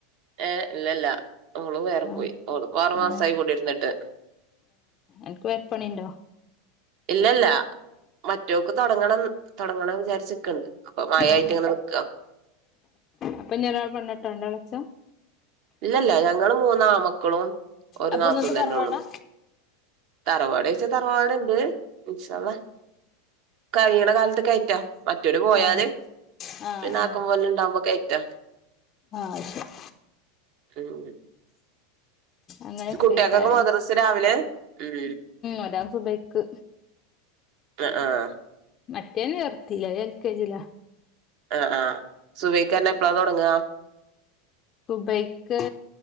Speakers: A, on the right (about 55°); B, on the left (about 35°).
A: ഏഹ് ഇല്ലല്ല അവള് വേറെ
B: ആഹ്
A: പോയി ഓള് ആറു മാസായി
B: ഏഹ്
A: കൂടിരുന്നിട്ട്
B: എൻക്ക് വേർപ്പണിണ്ടോ
A: ഇല്ലല്ല മറ്റോക്ക് തുടങ്ങണം തുടങ്ങണം വിചാരിച്ചിക്കിണ്ട് അപ്പൊ മയായിട്ട്
B: ഏഹ്
A: ഇങ്ങനെ നിക്ക
B: അപ്പ ഇനി ഒരാള് <unintelligible>
A: ഇല്ലല്ല ഞങ്ങള് മൂന്ന് ആമ്മക്കളും ഒരു
B: അപ്പൊ
A: നാത്തൂൻ
B: ഇങ്ങക്ക് തറവാടാ?
A: തന്ന ഉള്ളു തറവാട്ച്ചാ തറവാടിണ്ട് ഇൻഷാഅള്ളാ കഴിയണ കാലത്ത് കയറ്റാ മറ്റോര് പോയാല്
B: ആഹ് ആഹ്
A: പിന്നെ
B: ആഹ്
A: ആക്കും പോലെ ഇണ്ടാമ്പോ കയ്റ്റാ
B: ആഹ് ശെരി
A: അങ്ങനെ
B: അങ്ങനെക്കേക്കാരല്ലേ
A: കുട്ടികക്കൊക്കെ മദ്രസ രാവിലെ ഉം
B: ഒരാൾ സുബൈക്ക്
A: ആഹ് ആഹ്
B: മറ്റേതിനെ നിർത്തില്ല അത് എൽ കെ ജിയിലാ
A: ആഹ് ആഹ് സുഭയ്ക്കാനെ എപ്പളാ തുടങ്ങാ
B: സുബൈക്ക്